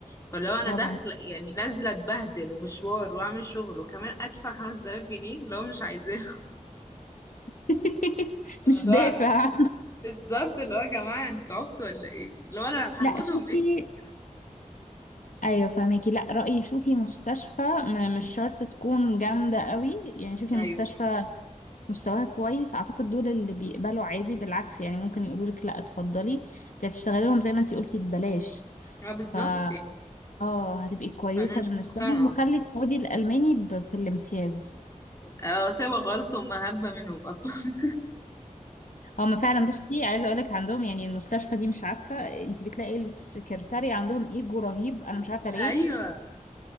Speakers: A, on the left (about 25°); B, on the left (about 70°).
A: فلو انا
B: طبعا
A: داخله يعني نازله اتبهدل ومشوار واعمل شغل وكمان ادفع 5000 جنيه لو مش عايزاه
B: <laughs>
A: <laughs> الموضوع
B: مش دافع
A: بالظبط اللي هو يا جماعه انتوا عبطوا ولا ايه لو انا لو هاخدهم
B: لا شوفي
A: ماشي ممكن أنا
B: ايوه فهميكي لا رأيي شوفي مستشفى م- مش شرط تكون جامدة قوي يعني شوفي
A: مش عايزه
B: مستشفى مستواها كويس اعتقد دول اللي بيقبلوا عادي بالعكس يعني ممكن يقولوا لك لا اتفضلي انت هتشتغلي لهم زي ما انت قلتي ببلاش
A: اه بالظبط
B: ف
A: يعني
B: اه هتبقي كويسة
A: فانا مش
B: بالنسبة
A: مقتنعه
B: لهم وخلي خدي الألماني ب- في الامتياز
A: اه سيبها خالص هم هبه منهم اصلا <laughs>
B: هم فعلا بصي عايزه اقول لك عندهم يعني المستشفى دي مش عارفه انت بتلاقي السكرتاري عندهم ايجو رهيب انا مش عارفه ليه
A: ايوه